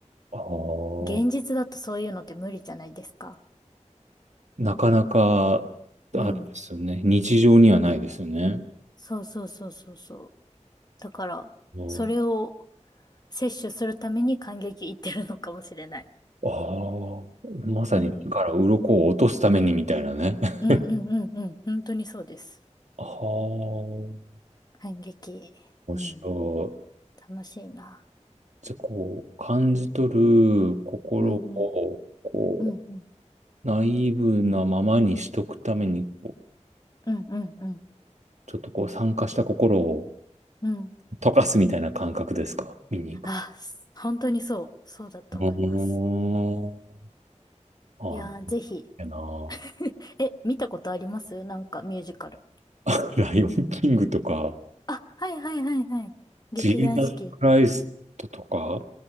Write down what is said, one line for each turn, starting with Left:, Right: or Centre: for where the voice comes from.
Right: ああ、
Left: 現実だとそういうのって無理じゃないですか。
Right: なかなか、あれですよね。
Left: うん。
Right: 日常にはないですよね。
Left: そうそうそうそうそう。だから、
Right: うん
Left: それを摂取するために感激いってるのかもしれない。
Right: ああ、まさに目から鱗を落とすためにみたいなね。
Left: うん。
Right: <laughs>
Left: うんうんうんうん。本当にそうです。
Right: ああ、面
Left: 感激。
Right: 白い。
Left: うん。楽しいな。
Right: じゃあ、こう、感じ取る心を、
Left: うんうん。
Right: こ
Left: うんうん。
Right: う、ナイーブなままにしとくために、こ
Left: うんうんうん。
Right: うちょっとこう、酸化した心を
Left: うん
Right: 溶かすみたいな感覚ですか見に行く。
Left: あ、本当にそう、そうだと思います。
Right: うーんああ、
Left: いやー、ぜひ。
Right: やな。
Left: <laughs> え、見たことありますなんかミュージカル。
Right: <laughs> ライオンキングとか、
Left: あ、はいはいはいはい。劇団四季。
Right: ジーザスクライストとか、